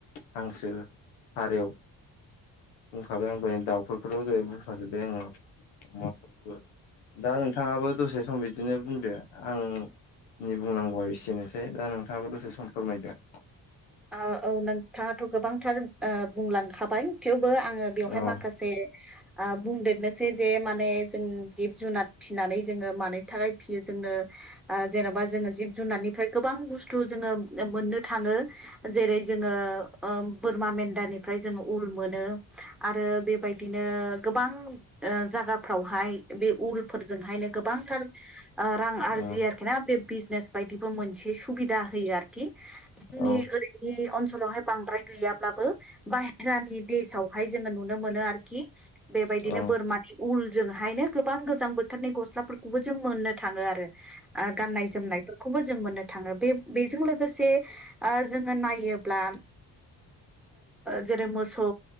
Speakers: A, on the left; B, in the centre.
A: हांसो हारि बुंखाबाय आं दनो दाउफोरखौथ' जाय बुंखाजोबबाय आङो अमाफोरखौबो दा नोंथाङाबो दसे सम बिदिनो बुंदो आं नि बुंनांगौआ एसेनोसै दा नोंथाङाबो दसे सम फोरमायदो
B: औ नोंथाङाथ' गोबांथार बुंलांखाबाय थेवबो आङो बेवहाय
A: औ
B: माखासे बुंदेरनोसै जे माने जों जिब जुनार फिसिनानै जोङो मानि थाखाय फियो जोङो जेन'बा जोङो जिब जुनारनिफ्राय गोबां बुस्थु जोङो मोननो थाङो जेरै जोङो बोरमा मेन्दानिफ्राय जोंङो उल मोनो आरो बेबायदिनो गोबां जायगाफ्रावहाय बे उलफोरजोंहायनो गोबांथार रां आरजियो
A: औ
B: आरोखि ना बे बिजनेस बायदि मोनसे सुबिदा होयो आरोखि जोंनि
A: औ
B: ओै ओनसोलावहाय बांद्राय गैयाब्लाबो बाहहेरानि देशावहाय जोङो नुनो मोनो आरोखि बेबायदिनो
A: औ
B: बोरमानि उल जोंहायनो गोबां गोजां बोथोरनि गस्लाफोरखौबो जों मोननो थाङो आरो गाननाय जोमनायफोरखौबो जों मोननो थाङो बे बेजों लोगोसे जोङो नायोब्ला जेरै मोसौ